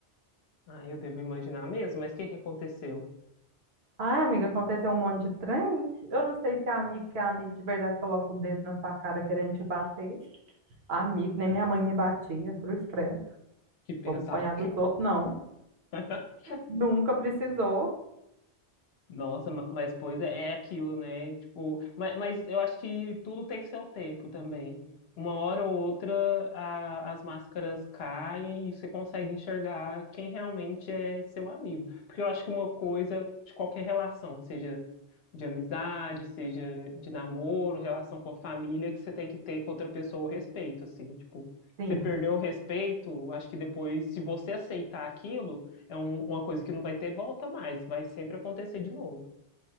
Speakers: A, on the left; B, on the right.
A: Ah, eu devo imaginar mesmo, mas o que que aconteceu?
B: Ai, amiga, aconteceu um monte de trem. Eu não sei se é amigo que é amigo de verdade coloca o dedo na sua cara querendo te bater. Amigo, nem minha mãe me batia, cruz credo.
A: Que pesado.
B: Vou apanhar dos outros, não.
A: <laughs>
B: Nunca precisou.
A: Nossa, ma- mas pois é, é aquilo, né? Tipo, mas, mas eu acho que tudo tem seu tempo também. Uma hora ou outra a- as máscaras caem e você consegue enxergar quem realmente é seu amigo. Porque eu acho que uma coisa de qualquer relação, seja de amizade, seja de namoro, relação com a família, que você tem que ter com outra pessoa o respeito, assim, tipo,
B: Sim.
A: você perdeu o respeito, acho que depois, se você aceitar aquilo é um- uma coisa que não vai ter volta mais, vai sempre acontecer de novo.